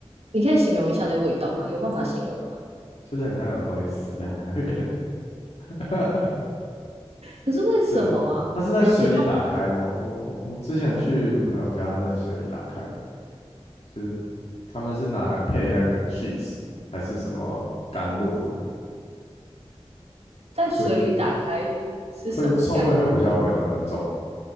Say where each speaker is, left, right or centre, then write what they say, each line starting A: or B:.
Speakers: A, on the right; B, on the left.
A: 你可以形容一下那味道吗？有办法形容吗？
B: 就是很像有东西死在那边。<laughs>
A: 可是为什么啊？
B: 对，它是在水里打开的哦我我我之前去我朋友家，
A: 因为其
B: 在水里打开的就是他们是拿来配那个 cheese 还是什么甘露的，
A: 在水里打开是什么概念？
B: 对，会臭味会比较没有那么重。